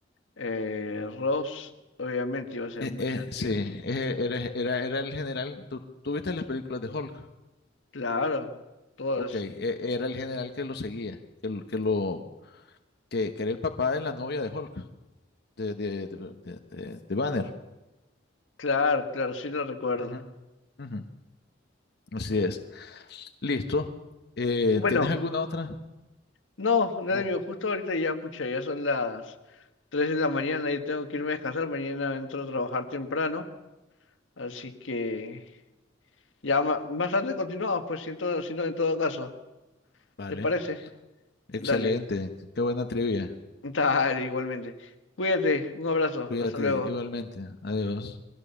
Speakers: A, on the left (about 85°); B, on the left (about 60°).
A: eh, Ross, obviamente iba a ser
B: Eh,
A: muy
B: eh,
A: sangriento.
B: sí, eh, era, era, era el general. ¿Tú, tú viste las películas de Hulk?
A: Claro, todas.
B: Ok, eh, era el general que lo seguía, que, lo, que, lo- que- que era el papá de la novia de Hulk, de, de, de, de- de- de Banner.
A: Claro, claro, sí lo recuerdo.
B: Ujú, ujú. Así es. Listo. Eh,
A: Bueno.
B: ¿tienes alguna otra?
A: No, no,
B: Oh,
A: amigo, justo ahorita ya, pucha, ya son las 3 de la mañana y tengo que irme a descansar. Mañana entro a trabajar temprano, así que ya ma- más tarde continuamos, pues siento, si no en todo caso.
B: vale.
A: ¿Te parece?
B: Excelente.
A: Dale,
B: Qué buena trivia.
A: <laughs> dale, igualmente. Cuídate, un abrazo,
B: Cuídate
A: hasta luego.
B: igualmente. Adiós.